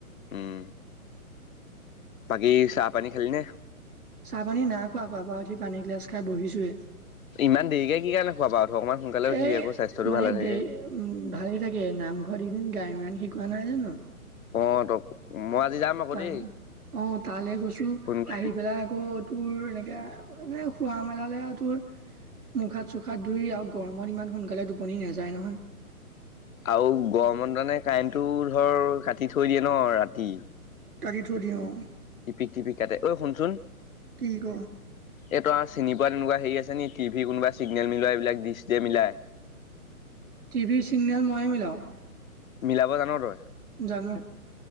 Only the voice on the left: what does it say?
উম বাকী চাহ পানী খালি নে?
ইমান দেৰিকে কি কাৰণে শুৱা পাৰ উঠ। অকমান সোনকালে উঠিবি
আকৌ, স্বাস্থ্যতো
ভালে থাকে।
অ' তক মই আজি যাম আকৌ
দেই
ফোন কৰিবি
আৰু গৰমত মানে কাৰেণ্টটোও ধৰ কাটি থৈ দিয়ে ন ৰাতি?
টিপিক টিপিক কাটে, ঐ শুনচোন?
এই তই আ, চিনি পোৱা তেনেকুৱা হেৰি আছে নেকি? টিভি কোনোবা চিগনেল মিলোৱা, এইবিলাক ডিছ যে মিলাই?
মিলাব জান তই?